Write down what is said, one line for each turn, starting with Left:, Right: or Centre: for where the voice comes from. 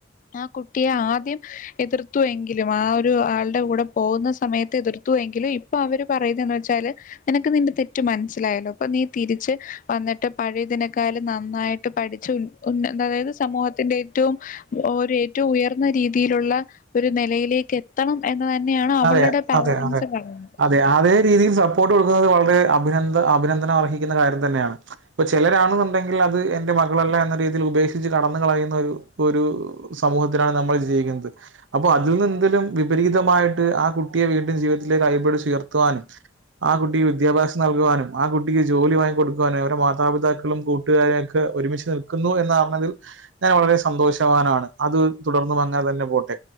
Left: ആ കുട്ടിയെ ആദ്യം എതിർത്തുവെങ്കിലും ആ ഒരു ആളുടെ കൂടെ പോകുന്ന സമയത്ത് എതിർത്തുവെങ്കിലും അപ്പൊ അവര് പറയതന്ന് വെച്ചാല് നിനക്ക് നിന്റെ തെറ്റ് മനസ്സിലായല്ലോ അപ്പൊ നീ തിരിച്ച് വന്നിട്ട് പഴയതിനേ കാലും നന്നായിട്ട് പഠിച്ചച്ച് ഉൻ ഉൻ അതായത് സമൂഹത്തിന്റെ ഏറ്റവും ഒരു ഏറ്റവും ഉയർന്ന രീതിയിലുള്ള ഒരു നിലയിലേക്ക് എത്തണം എന്ന് തന്നെയാണ് അവളുടെ
Right: അതെ,
Left: പാരൻസ്
Right: അതെ, അതെ.
Left: പറയുന്നത്
Right: അതെ അതേ രീതിയിൽ സപ്പോർട്ട് കൊടുക്കുന്നത് വളരെ അഭിനന്ദ അഭിനന്ദനം അർഹിക്കുന്ന കാര്യം തന്നെയാണ് ഇപ്പൊ ചിലരാണെന്നുണ്ടെങ്കിൽ അത് എന്റെ മകളല്ല എന്ന രീതിയിൽ ഉപേക്ഷിച്ച് കടന്ന കളയുന്ന ഒരു ഒരു സമൂഹത്തിലനാണ് നമ്മൾ ജീവിക്കുന്നത് അപ്പൊ അതിൽ നിന്ന് എന്തലും വിപരീതമായിട്ട് ആ കുട്ടിയെ വീട്ടും ജീവിതത്തിലേക്ക് കൈപിടിച്ചു ഉയർത്തുവാനും ആ കുട്ടിക്ക് വിദ്യാഭ്യാസം നൽകുവാനും ആ കുട്ടിക്ക് ജോലി വാങ്ങി കൊടുക്കുവാനും അവരെ മാതാപിതാക്കളും കൂട്ടുകാരും ഒക്കെ ഒരുമിച്ച് നിൽക്കുന്നു എന്ന് അറിഞ്ഞതിൽ ഞാൻ വളരെ സന്തോഷവാനാണ് അത് തുടർന്നും അങ്ങനെ തന്നെ പോട്ടെ